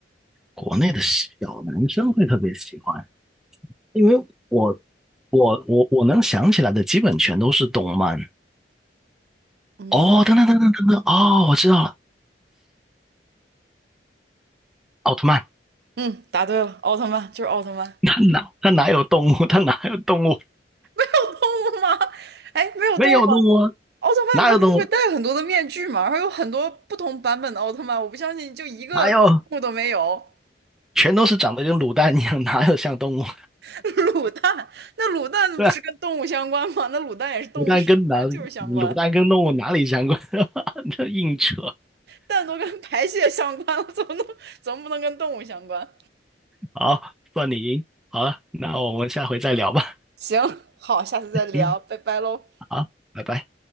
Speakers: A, in the centre; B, on the right.
A: 国内的小男生会特别喜欢，因为我我我我能想起来的基本全都是动漫。
B: 嗯，
A: 哦，
B: 那
A: 等等等等等等，哦，我知道了，奥特曼，
B: 嗯，答对了，奥特曼就是奥特曼。
A: <laughs> 他哪他哪有动物？
B: <laughs>
A: 他哪有动物？
B: 有动物吗？哎，没有动物吗？
A: 没有动物啊，
B: 奥特曼他不是会戴很多的面具吗？
A: 哪有动物？
B: 然后有很多不同版本的奥特曼，我不相信就一个动物都没有。
A: 哪有？全都是长得跟卤蛋一样，哪有像动物？
B: <laughs> 卤蛋，那卤蛋不是跟动物相关吗？
A: 对吧
B: 那卤蛋也是动物生的啊，
A: 卤蛋跟哪里卤蛋跟动物哪里相关？
B: 就是相关。
A: <laughs> 这硬扯。
B: 蛋都跟排泄相关了，怎么能怎么不能跟动物相关？
A: 好，算你赢。好了，那我们下回再聊吧。
B: 行，好，下次再聊，
A: 嗯，
B: 拜拜喽。
A: 好，拜拜。